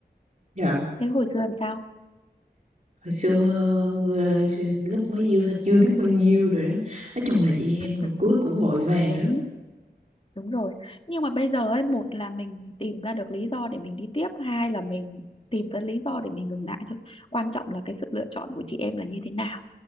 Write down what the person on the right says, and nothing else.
dạ
hồi xưa ờ, lúc mới yêu thật chưa biết bao nhiêu rồi đó nói chung là chị em rồi
cưới cũng vội vàng
lắm